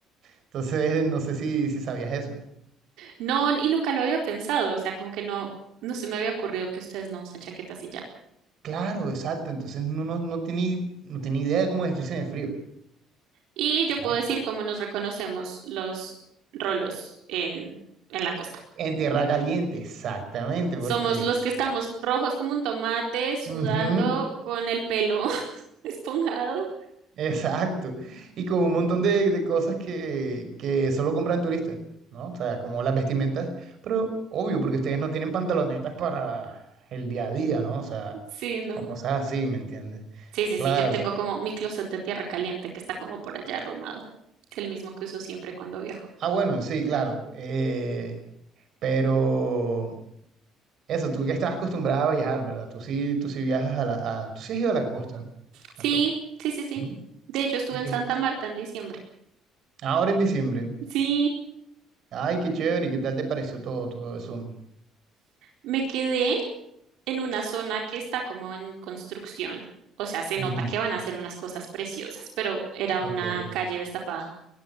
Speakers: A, on the right; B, on the right.
A: Entonces, no sé si, si sabías eso.
B: No, y nunca lo había pensado, o sea, como que no, no se me había ocurrido que ustedes no usan chaquetas y ya.
A: Claro, exacto. Entonces no, no, no tiene, no tiene idea de cómo vestirse en el frío.
B: Y yo
A: ¿Ya?
B: puedo decir cómo nos reconocemos los rolos en, en la costa.
A: En tierra caliente, exactamente,
B: Somos
A: porque...
B: los que estamos rojos como un tomate, sudando
A: Ujú,
B: con el pelo <laughs> esponjado.
A: exacto. Y con un montón de, de cosas que, que solo compran turistas, ¿no? O sea, como las vestimentas, pero obvio, porque ustedes no tienen pantalonetas para el día a día, ¿no? O sea,
B: Sí, no.
A: o cosas así, ¿me entiendes?
B: Sí, sí,
A: Claro.
B: sí, yo tengo como mi closet de tierra caliente que está como por allá arrumado. Es el mismo que uso siempre cuando viajo.
A: Ah, bueno, sí, claro. eh, pero... Eso, tú que estás acostumbrada a viajar, ¿verdad? Tú sí, tú sí viajas a la... a- tú sí has ido a la costa,
B: Sí,
A: a todo.
B: sí, sí, sí.
A: Ujú.
B: De hecho, estuve
A: Y que
B: en Santa Marta en diciembre.
A: ahora en diciembre.
B: Sí,
A: Ay, qué chévere, ¿y qué tal te pareció todo, todo eso?
B: me quedé en una zona que está como en construcción. O sea, se
A: Ujú.
B: nota que van a hacer unas cosas preciosas, pero era
A: Ok,
B: una calle destapada.